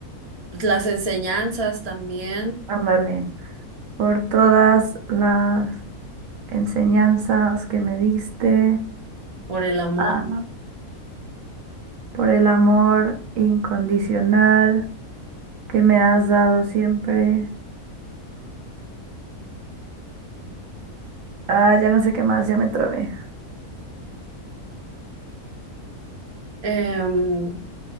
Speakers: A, on the right (about 45°); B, on the right (about 70°).
A: las enseñanzas también,
B: Ándale, por todas las enseñanzas que me diste,
A: por el amor,
B: ah, por el amor incondicional que me has dado siempre. Ah, ya no sé qué más, ya me trabé.
A: em,